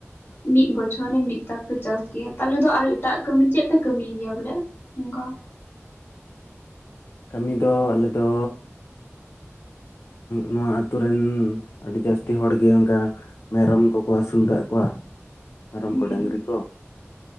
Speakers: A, on the left; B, on the left.
A: ᱢᱤᱫ ᱵᱚᱪᱷᱚᱨ ᱨᱮ ᱢᱤᱫ ᱫᱚᱠ ᱯᱮ ᱪᱟᱥ ᱜᱮᱭᱟ ᱛᱟᱦᱞᱮ ᱫᱚ ᱟᱨ ᱮᱴᱟᱜ ᱠᱟᱹᱢᱤ ᱪᱮᱫ ᱯᱮ ᱠᱟᱹᱢᱤᱭ ᱜᱮᱭᱟ ᱵᱚᱞᱮ, ᱚᱱᱠᱟ,
B: ᱠᱟᱹᱢᱤ ᱫᱚ ᱟᱞᱮ ᱫᱚ, ᱱᱚᱣᱟ ᱟᱛᱳ ᱨᱮᱱ ᱟᱹᱰᱤ ᱡᱟᱹᱥᱛᱤ ᱦᱚᱲᱜᱮ ᱚᱱᱠᱟ, ᱢᱮᱨᱚᱢ ᱠᱚᱠᱚ ᱟᱹᱥᱩᱞ ᱠᱟᱜ ᱠᱚᱣᱟ ᱢᱮᱨᱚᱢ
A: ᱦᱩᱸ
B: ᱠᱚ ᱰᱟᱝᱨᱤ ᱠᱚ᱾